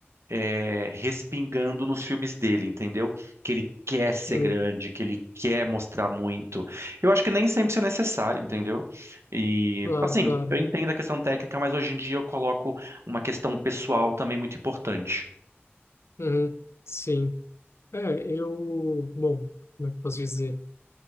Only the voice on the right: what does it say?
é, respingando nos filmes dele, entendeu? Que ele quer ser
grande, que ele quer mostrar muito. Eu acho que nem sempre isso é necessário, entendeu? E,
assim,
eu entendo a questão técnica, mas hoje em dia eu coloco uma questão pessoal também muito importante.